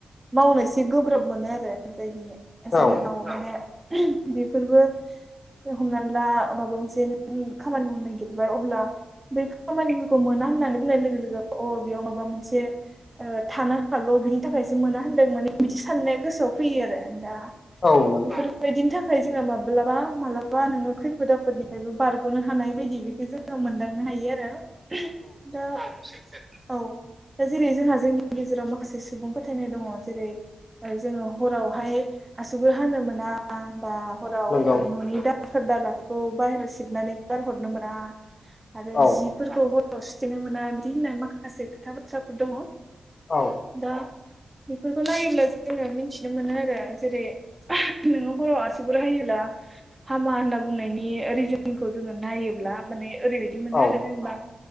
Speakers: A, on the right; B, on the left.
A: मावनो एसे गोब्राब मोनो आरो जायनि जाहोनाव
B: औ
A: माने बेफोरबो हमनानै ला माबा मोनसे नों खामानि मावनो नागिरबाय अब्ला बै खामानिफोरखौ मोना होननानै बुंनाय लोगो लोगो अ बेयाव माबा मोन से थानो ओ हागौ बिनि थाखायसो मोना होनदों माने बिदि साननाया गोसोआव फैयो आरो दा
B: औ नंगौ
A: बेफोरबायदिनि थाखाय थाखाय जोङो माब्लाबा मालाबा नोङो खैफोद आफोदनिफ्रायबो बारग'नो हानाय बायदि बेखौ जोङो मोनदांनो हायो आरो दा औ सैथो औ दा जेरै जोंहा जोंनि गेजेराव माखासे सुबुंफोर फोथायनाय दङ जेरै जोङो हरावहाय आसुगुर हानो मोना बा हराव
B: नंगौ
A: न'नि दाखोर दालाफोरखौ बाहेरायाव सिबनानै गारहरनो मोना आरो
B: औ
A: जिफोरखौ हराव सुथेनो मोना बिदि होननाय माखासे खोथा बाथ्राफोर दङ
B: औ
A: दा बेफोरखौ नायोब्ला जोङो मिनथिनो मोनो आरो जेरै नोङो हराव आसुगुर हायोब्ला हामा होनना बुंनायनि रिजोनखौ जोङो नायोब्ला माने ओरैबायदि मोनो
B: औ
A: आरो जेनबा